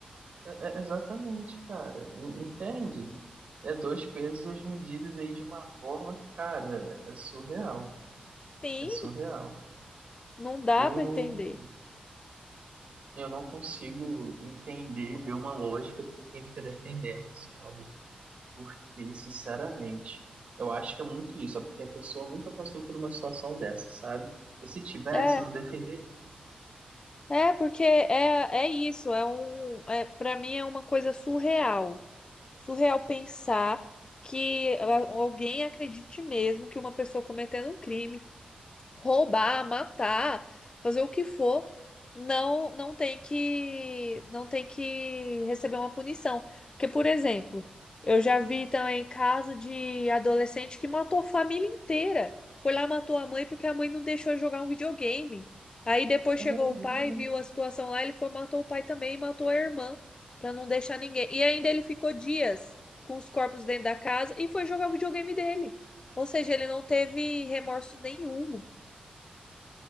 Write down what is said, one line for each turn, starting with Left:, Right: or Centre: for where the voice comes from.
Right: É- é- exatamente, cara. En- Entende? É dois pesos, duas medidas aí de uma forma, cara, é surreal.
Left: Sim,
Right: É surreal.
Left: não dá
Right: Eu
Left: para
Right: não,
Left: entender.
Right: eu não consigo entender, ver uma lógica por quem fica defendendo, sabe? Porque, sinceramente, eu acho que é muito isso. É porque a pessoa nunca passou por uma situação dessa, sabe? E se tivesse,
Left: É.
Right: não defender.
Left: É, porque é, é isso, é um, é, para mim é uma coisa surreal. Surreal pensar que a- alguém acredite mesmo que uma pessoa cometendo um crime roubar, matar, fazer o que for, não não tem que não tem que receber uma punição. Porque, por exemplo, eu já vi também caso de adolescente que matou a família inteira. Foi lá matou a mãe porque a mãe não deixou ele jogar um videogame. Aí depois
Right: É,
Left: chegou
Right: é
Left: o pai,
Right: verdade.
Left: viu a situação lá, ele foi matou o pai também e matou a irmã para não deixar ninguém. E ainda ele ficou dias com os corpos dentro da casa e foi jogar o videogame dele. Ou seja, ele não teve remorso nenhum.